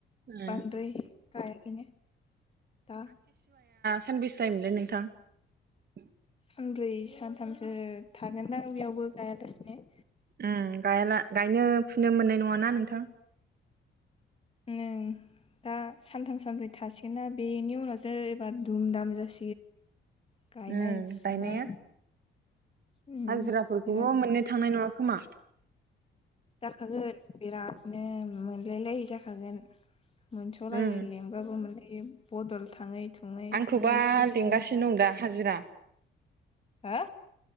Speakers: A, on the left (about 30°); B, on the right (about 55°).
A: बांद्राय
B: ए
A: गायाखैनो दा।
B: सानबिस जायोमोनलाय नोंथां?
A: सानब्रै सानथामसो थागोनदां बेयावबो गायालासिनो।
B: उम गाया ला गायनो फुनो मोननाय नङाना नोंथां?
A: <unintelligible> गायनाय
B: उम गायनाया
A: फुनाय। उम
B: हाजिराफोरखौबो
A: बिराद
B: मोननो थांनाय नङाख खोमा।
A: जाखागोन बिरादनो मोनलायलायि जाखागोन। मोनस'लायै
B: उम
A: लेंबाबो मोनलायै। बे बदल थाङै थनाय
B: आंखौबा
A: जि खस्थ
B: लिंगासिनो
A: जासिगोन
B: दं दा हाजिरा।
A: हा